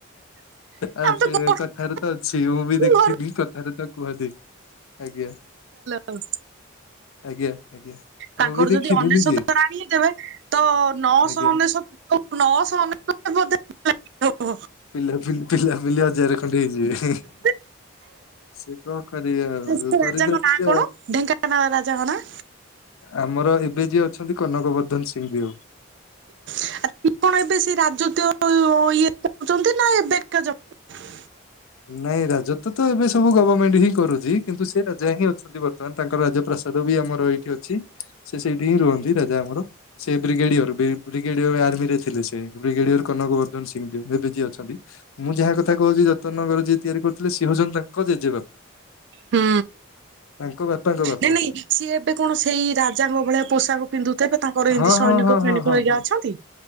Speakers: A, on the left; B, on the right.
A: ଆଉ ସେ
B: ତ ଗୋଟେ
A: କଥାରେ ତ ଅଛି ମୁଁ ବି ଦେଖିନି
B: ଘର
A: କଥାରେ ତ କୁହନ୍ତିି ଆଜ୍ଞା।
B: ଥୁ
A: ଆଜ୍ଞା ଆଜ୍ଞା
B: ତାଙ୍କର
A: ମୁଁ ବି
B: ଯଦି
A: ଦେଖିନି
B: ଅନେଶତ
A: ନିଜେ
B: ରାଣୀ ହେଇଥବେ ତ ନଅଶହ
A: ଆଜ୍ଞା
B: ଅନେଶତ ନଅଶହ ଅନେଶ ତ ବୋଧେ ହଉହ
A: ପିଲା ପିଲି ପିଲା ପିଲି ହଜରେ ଖନ୍ଡେ ହେଇଯିବେ।
B: <inaudible> <unintelligible>
A: ସେ କଣ କରିବେ ଆଉ
B: ସେ ରାଜାଙ୍କ
A: କରିଦେଇଥିଲେ
B: ନାଁ କଣ
A: ଆଉ
B: ଢେଙ୍କାନାଳ ରାଜାଙ୍କ ନାଁ।
A: ଆମର ଏବେ ଯିଏ ଅଛନ୍ତି କନକ ବର୍ଦ୍ଧନ ସିଂହ ଦଓ।
B: <inaudible> ଆପଣ ଏବେ ସେ ରାଜତ୍ଵ <unintelligible> ଇଏରେ ଯାଉଛନ୍ତି ନା ଏବେକାର ଯାଉଛନ୍ତି।
A: ନାଇଁ ରାଜତ୍ୱ ତ ଏବେ ସବୁ ଗଭର୍ଣ୍ଣମେଣ୍ଟ ହିଁ କରୁଛି କିନ୍ତୁ ସେ ରାଜା ହିଁ ଅଛନ୍ତି ବର୍ତ୍ତମାନ ତାଙ୍କର ରାଜ୍ୟ ପ୍ରସାଦ୍। <unintelligible> ଆମର ଏଠି ଅଛି ସେ ସେଇଠି ହିଁ ରୁହନ୍ତି ରାଜା ଆମର ସେ ବ୍ରିଗେଡିୟରି ବିଗ୍ ବ୍ରିଗେଡିୟର <unintelligible> <unintelligible> ଆର୍ମି ରେ ଥିଲେ ସେ ବିଗେଡିୟର କନକବର୍ଦ୍ଧନ ସିଂଦେଓ ଏବେ ଯିଏ ଅଛନ୍ତି ମୁଁ ଯାହା କଥା କହୁଛି ଯଦ୍ ଯିଏ ତିଆରି କରିଥିଲେ ସି ହଉଚନ୍ତି ତାଙ୍କ ଜେଜେବାପା।
B: ହୁଁ।
A: ତାଙ୍କ ବାପାଙ୍କ ବାପା
B: ନାଇଁ ନାଇଁ ସିଏ ଏବେ କଣ ସେଇ ରାଜାଙ୍କ ଭଳିଆ ପୋଷାକ ପିନ୍ଧୁଥିବେ ତାଙ୍କର
A: ହଁ
B: ଏମିତି ସୈନ୍
A: ହଁ
B: ତାଙ୍କ
A: ହଁ ହଁ
B: <unintelligible>
A: ହଁ ହଁ
B: ଅଛନ୍ତି